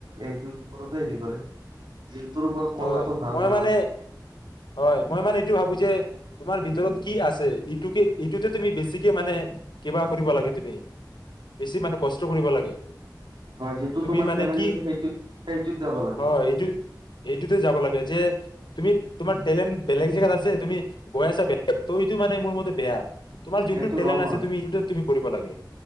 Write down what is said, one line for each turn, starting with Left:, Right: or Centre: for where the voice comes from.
Right: এইটো। তৰি কৰে <unintelligible> ওপৰত কলাটো
Left: হয়
Right: ভাল
Left: মই
Right: তোমাৰ
Left: মানে হয় মই মানে এইটো ভাবো। যে তোমাৰ ভিতৰত কি আছে ইটোকে ইটোতে তুমি বেছিকে মানে কিবা কৰিব লাগে তুমি বেছি মানে কষ্ট কৰিব লাগে
Right: যিটো
Left: তুমি
Right: তোমাৰ
Left: মানে
Right: আ
Left: কি
Right: সেইটোত যাব লে
Left: হয় এইটো এইটোতে যাব লাগে যে তুমি তোমাৰ টেলেণ্ট বেলেগ জেগাত আছে তুমি। গৈ আছা বেগ ত এইটো মানে মোৰ মতে বেয়া। তোমাৰ যোনটেলেণ্
Right: এইটো ৰং
Left: আ
Right: হয়
Left: তুমিটো তুমম। লাগে